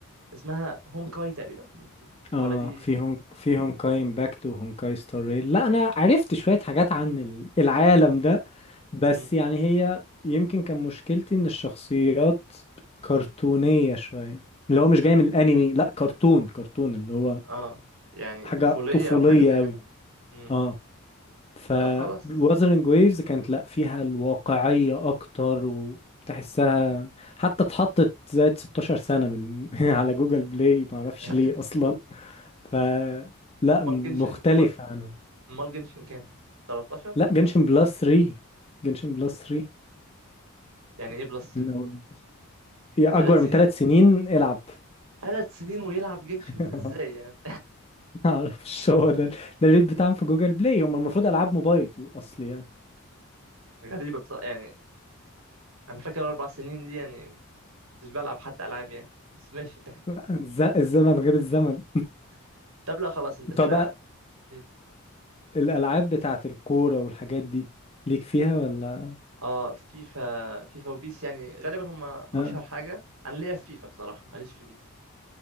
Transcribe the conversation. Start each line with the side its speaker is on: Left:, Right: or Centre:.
Right: اسمها هونكاي تقريبا
Left: اه
Right: ولا دي
Left: في هون في هونكاي امباكت وهونكاي ستار ريل لا انا عرفت شوية حاجات عن ال- العالم ده بس
Right: مم.
Left: يعني هي يمكن كان مشكلتي ان الشخصيات كرتونية شوية اللي هو مش جاي من الانمي لا كرتون كرتون اللي هو
Right: اه يعني
Left: حاجة
Right: طفولية
Left: طفولية
Right: او حاجة زي
Left: قوي
Right: كده مم.
Left: اه ف
Right: طب خلاص
Left: Wuthering Waves كانت لا فيها الواقعية أكتر وتحسها حتى اتحطت زائد 16 سنة من <laughs> على جوجل بلاي معرفش
Right: <laughs>
Left: ليه أصلا ف لا
Right: مال
Left: مختلفة
Right: جنشن مال
Left: عنه
Right: مال جنشن كام 13
Left: لا
Right: ولا
Left: جنشن
Right: إيه؟
Left: بلس 3 جنشن بلس 3
Right: يعني ايه بلس
Left: من
Right: دي
Left: أول يا
Right: 3
Left: أكبر من
Right: سنين
Left: ثلاث سنين العب
Right: 3 سنين ويلعب جنشن
Left: <laughs>
Right: ازاي يعني
Left: معرفش هو ده ده الريت بتاعهم في جوجل بلاي هم المفروض ألعاب موبايل في الأصل يعني
Right: <laughs> غريبة بصراحة يعني انا فاكر اربع سنين دي يعني كنتش بلعب حتى العاب يعني بس ماشي
Left: لا، الز- الزمن غير الزمن
Right: <laughs> طب لا خلاص انت
Left: <laughs>
Right: كده
Left: طب
Right: إيه؟
Left: الألعاب بتاعة الكورة والحاجات دي ليك فيها ولا
Right: اه فيفا فيفا وبيس يعني غالبا هم اشهر
Left: اه
Right: حاجة انا ليا في فيفا بصراحة ماليش في بيس